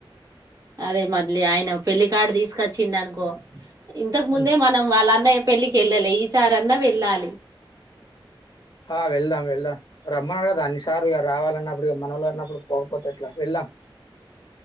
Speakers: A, on the right (about 40°); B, on the left (about 50°).
A: అదే మళ్ళీ ఆయన పెళ్లికార్డు తీసుకచ్చింది అనుకో ఇంతకు ముందే
B: హ్మ్.
A: మనం వాళ్ళ అన్నయం పెళ్ళికి వెళ్ళాలే ఈసారి అన్నా వెళ్ళాలి
B: ఆ వెళ్దాం వెళ్దాం రమ్మన్నారు గదా అన్నిసార్ ఇగ రావాలన్నప్పుడు ఇగ మనోళ్ళన్నప్పుడు పోకపోతే ఎట్లా వెళ్దాం